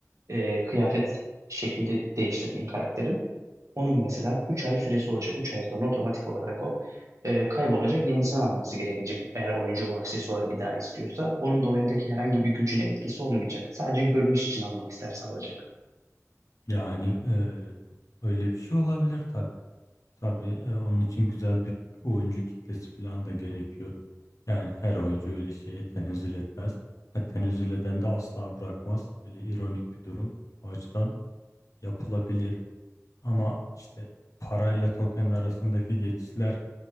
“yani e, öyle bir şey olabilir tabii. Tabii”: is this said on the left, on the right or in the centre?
Left